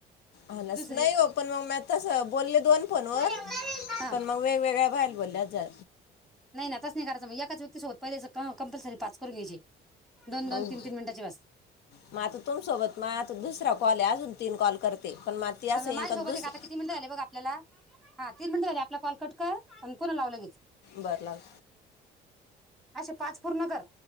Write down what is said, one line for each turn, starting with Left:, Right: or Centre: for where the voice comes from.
Left: अलास
Centre: दुसरी
Left: नाही हो पण मग म आतास बोलले दोन फोन वर
Centre: हा
Left: पण मग वेगवेगळ्या झाल्या बोलल्याचा
Centre: नाही ना तस नाही कराचं मग एकाच व्यक्तीसोबत पहिले कंपल्सरी पाच करून घ्यायचे दोन दोन
Left: म
Centre: तीन तीन मिनिटाची बस
Left: म आता तुमसोबत म आता दुसरा कॉल आहे अजून तीन कॉल करते पण मग ती
Centre: समजा
Left: असं येईन
Centre: माझ्या सोबत
Left: दुस
Centre: आहे का आता किती मिनिटं झाले बघ आपल्याला हा तीन मिनट झाले आपला कॉल कट कर पुन्हा लाव लगेच
Left: बरं लाग
Centre: अश पाच पूर्ण कर